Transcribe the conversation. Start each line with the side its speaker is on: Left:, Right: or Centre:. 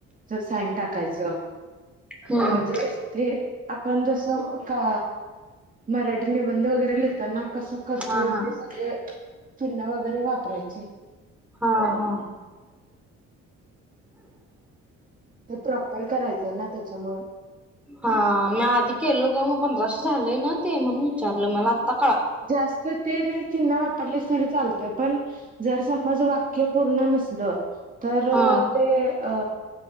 Right: च साइन टाकायचं.
Centre: हम्म
Right: म्हणजे ते आपण जसं का मराठी निबंध वगैरे लिहताना कसं करतोय
Centre: हा हा
Right: ते सगळे चिन्ह वगैरे वापरायची.
Centre: हा हा
Right: ते प्रॉपर करायचं ना त्याच्यामुळं.
Centre: हा मी आधी केलो गं मग पंधराशे झालंय ना ते म्हणून विचारलं, मला आता
Right: जास्त ते नाही चिन्ह वापरलेस तरी चालते पण जर समज वाक्य पूर्ण नसलं तर
Centre: हा
Right: ते अ